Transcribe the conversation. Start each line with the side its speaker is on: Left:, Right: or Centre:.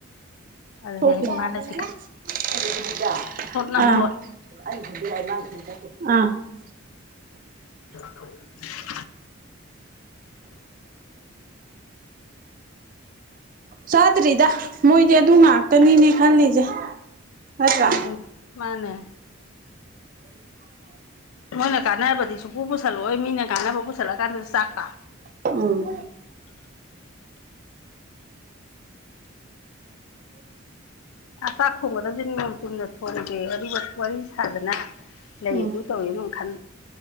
Left: ꯑꯗꯨꯗꯤ
Right: ꯊꯣꯛꯈꯤ
Left: ꯑꯩꯅ ꯃꯥ ꯂꯩ
Right: ꯑꯥ
Left: ꯅꯝꯂꯣꯠ
Right: ꯑꯥ <inaudible>
Left: <inaudible>
Right: ꯆꯥꯗ꯭ꯔꯤꯗ ꯃꯣꯏꯗꯤ ꯑꯗꯨ ꯉꯥꯛꯇꯅꯤꯅꯦ ꯈꯜꯂꯤꯁꯦ ꯅꯠꯇ꯭ꯔꯥ
Left: ꯎꯝ ꯃꯥꯅꯦ
Right: ꯑꯗꯨ
Left: ꯃꯣꯏꯅ ꯀꯥꯟꯅꯔꯕꯗꯤ ꯁꯨꯄꯨ ꯄꯨꯁꯜꯂꯛꯑꯣꯏ ꯃꯤꯅ ꯀꯥꯟꯅꯕ ꯄꯨꯁꯜꯂꯀꯥꯟꯗꯁꯨ ꯆꯥꯛꯄ
Right: ꯎꯝ <unintelligible>
Left: ꯆꯥꯛ ꯊꯣꯡꯒꯗꯕꯁ ꯅꯤꯌꯣꯝ ꯆꯨꯝꯅ ꯊꯣꯟꯒꯦ ꯑꯗꯨꯒ ꯋꯥꯔꯤ ꯁꯥꯗꯅ ꯂꯩ
Right: ꯎꯝ
Left: ꯑꯗꯨ ꯇꯧꯋꯦꯅ ꯈꯟ